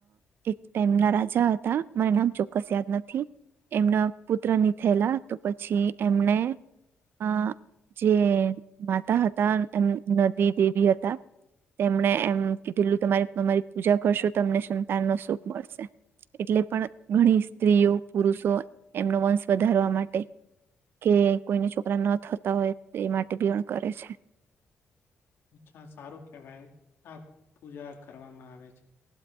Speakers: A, on the right (about 60°); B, on the left (about 55°).
A: એક તેમમના રાજા, હતા મરા નામ ચ સદ નથી એમના પુત્રની થેલા, તો પછી એમને આ જે માતા હતા, એમ નદી, દેવી હતા તેમણે એમ કીધેલું તમારી, તમારી પૂજા કરશો તમને સંતાન નશો મળશે એટલે પણ. ની સ્ત્રીઓ, પુરુષો એમનો વંશ વધારવા માટે કે કોઈને છોકરા ન થતા, હોય એ માટે બીણ કરે છે.
B: અચ્છા સારું કેહેવાય, આ પૂજા કરવામાં આવે છે.